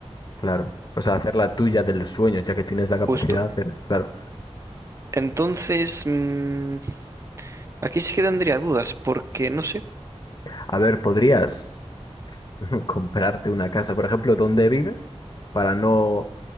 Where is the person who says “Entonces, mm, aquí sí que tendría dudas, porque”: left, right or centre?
Right